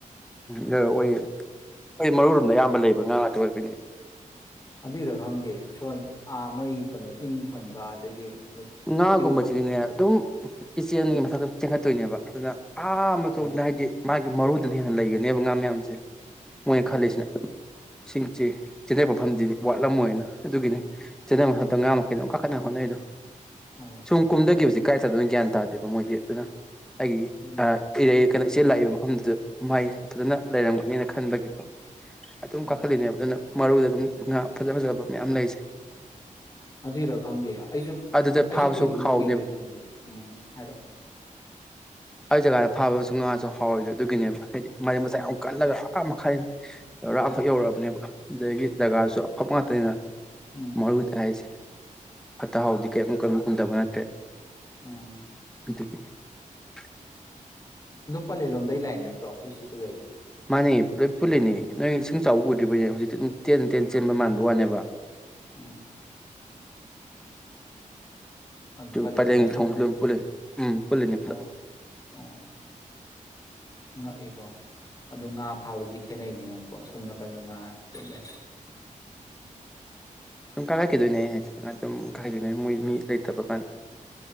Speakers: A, in the centre; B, on the left (about 25°).
A: ꯔ ꯑꯣꯏꯌꯦ ꯑꯩꯣꯏ ꯃꯔꯨ ꯔꯣꯝꯗ ꯑꯌꯥꯝꯕ ꯂꯩꯕ ꯉꯥ ꯉꯥꯛꯇ ꯑꯣꯏꯕꯅꯦ
B: ꯑꯗꯨꯏꯔ ꯈꯪꯗꯦ ꯁꯣꯝꯥ ꯃꯣꯏ ꯀꯩꯅꯣ ꯏꯪ ꯈꯣꯟꯕ ꯑꯗꯒꯤ
A: ꯉꯒꯨꯝꯕꯖꯤꯗꯤꯅꯦ
B: ꯏꯔꯨꯞꯄ
A: ꯑꯗꯨꯝ ꯏꯆꯦꯟ ꯑꯅꯤꯒꯤ ꯃꯊꯛꯇ ꯆꯦꯟꯈꯠꯇꯣꯏꯅꯦꯕ ꯑꯗꯨꯅ ꯌꯥꯝꯥꯅ
B: ꯍꯣꯏ
A: ꯊꯣꯛꯇꯅ ꯍꯥꯏꯗꯤ ꯃꯥꯒꯤ ꯃꯔꯨ ꯑꯗꯨꯅ ꯍꯦꯟꯅ ꯂꯩꯒꯅꯦꯕ ꯉꯥ ꯃꯌꯥꯝꯁꯦ ꯃꯣꯏ
B: ꯎꯝ
A: ꯈꯜꯁꯤꯅꯦ ꯏꯁꯤꯡꯁꯤ ꯀꯦꯅꯦꯟꯅ ꯃꯐꯝꯗꯤꯗꯤ ꯋꯥꯠꯂꯝꯃꯣꯏꯅ ꯑꯗꯨꯒꯤꯅꯤ ꯀꯦꯅꯦꯟꯅ ꯃꯐꯝꯗ ꯉꯥ ꯃꯈꯩꯅꯣ ꯀꯥꯈꯠꯅꯕ ꯍꯣꯠꯅꯩꯗꯣ
B: ꯍꯣꯏ
A: ꯁꯨꯝ ꯀꯨꯝꯗꯒꯤ ꯍꯧꯖꯤꯛ ꯀꯥꯏꯗ ꯑꯗꯨꯝꯅ ꯒ꯭ꯌꯥꯟ ꯇꯥꯗꯦꯕ ꯃꯣꯏꯒꯤ ꯑꯗꯨꯅ ꯍꯥꯏꯦ
B: ꯎꯝ
A: ꯑ ꯀꯩꯅꯣ ꯏꯆꯦ ꯂꯥꯛꯏꯕ ꯃꯐꯝꯗꯨꯗ ꯃꯥꯏ ꯐꯖꯅ ꯂꯩꯔꯝꯒꯅꯦꯅ ꯈꯟꯕꯒꯤꯀꯣ ꯑꯗꯨꯝ
B: ꯎꯝ
A: ꯀꯥꯈꯠꯂꯤꯅꯦꯕ ꯑꯗꯨꯅ ꯃꯔꯨꯗ ꯑꯗꯨꯝ ꯉꯥ ꯐꯖ ꯐꯖꯕ ꯃꯌꯥꯝ ꯂꯩꯖꯩ
B: ꯑꯗꯨꯏꯔ ꯈꯪꯗꯦ ꯑꯩꯁꯨ
A: ꯑꯗꯨꯗ
B: ꯑꯩꯁꯨ
A: ꯐꯥꯕꯁꯨ
B: ꯀꯨꯏꯗ
A: ꯍꯥꯎꯅꯦꯕ
B: ꯀꯨꯏꯗ꯭ꯔꯤ ꯈꯪꯕ ꯎꯝ ꯍꯥꯏꯔꯛꯑꯣ
A: ꯑꯩ ꯖꯒꯥꯗ ꯐꯥꯕ ꯑꯃꯁꯁꯨ ꯉꯥꯁꯨ ꯍꯥꯎꯔꯤꯗꯣ ꯑꯗꯨꯒꯤꯅꯦꯕ ꯍꯥꯏꯗꯤ ꯃꯩ ꯃꯁꯥꯏ
B: ꯎꯝ
A: ꯌꯥꯝꯨꯛ ꯀꯜꯂꯒ ꯑꯔꯥ ꯃꯈꯥꯏ ꯌꯧꯔꯥ ꯑꯃꯈꯛ ꯌꯧꯔꯛꯑꯕꯅꯦꯕ ꯑꯗꯨꯗꯒꯤ ꯖꯒꯥꯁꯨ ꯑꯐꯕ ꯉꯥꯛꯇꯅꯤꯅ
B: ꯎꯝ
A: ꯃꯔꯕꯨꯗ ꯍꯥꯏꯁꯦ ꯑꯇꯥ
B: ꯑꯣ
A: ꯀꯃꯛ ꯀꯝ ꯍꯟꯗꯕ <inaudible>
B: ꯎꯝ
A: ꯅꯦ
B: ꯗꯨꯄꯂ ꯂꯣ ꯑꯗꯇꯩ ꯂꯥꯛꯏ ꯅꯠꯇ꯭ꯔꯣ ꯑꯩꯈꯣꯏ ꯁꯤ ꯇꯨꯔꯦꯜꯁꯦ
A: ꯃꯥꯅꯤ ꯂꯣꯏ ꯄꯨꯜꯂꯤꯅꯤ ꯅꯣꯏ ꯏꯁꯤꯡ ꯆꯥꯎꯕ ꯎꯗ꯭ꯔꯤꯕꯩꯅꯦ ꯍꯧꯖꯤꯛꯇꯤ ꯑꯗꯨ ꯇꯦꯟ ꯇꯦꯟ ꯆꯦꯟꯕ ꯃꯥꯟꯕ ꯋꯥꯅꯦꯕ
B: ꯎꯝ ꯑꯗꯨ ꯄꯂꯦꯜꯂꯣꯝꯒ
A: ꯄ ꯊ
B: ꯁꯝꯅ
A: ꯄꯨꯂꯅꯤ ꯎꯝ ꯄꯨꯂꯅꯤ ꯄꯨꯂ
B: ꯑꯣ ꯑꯣ ꯉꯛꯏꯀꯣ ꯑꯗꯨ ꯉꯥ ꯐꯥꯕꯗꯤ ꯈꯦꯠꯅꯩ ꯅꯤꯌꯣꯉꯝꯀꯣ ꯁꯣꯝ ꯅꯥꯀꯟꯗ ꯉꯥ ꯂꯩ
A: ꯁꯨꯝ ꯀꯥꯏꯈꯠꯈꯤꯗꯣꯏꯅꯦ ꯑꯩ ꯍꯥꯏꯦ ꯑꯗꯨꯨꯝ ꯀꯥꯏꯈꯠꯈꯤꯗꯣꯏꯅꯦ ꯃꯣꯏ ꯃꯤ ꯂꯩꯇꯕ ꯀꯥꯟꯗ